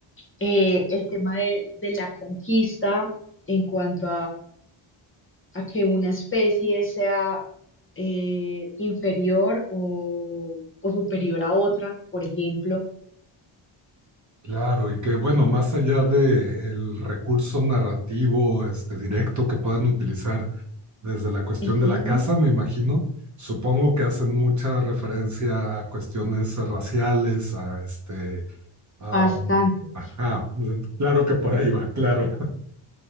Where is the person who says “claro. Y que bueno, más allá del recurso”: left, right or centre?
Right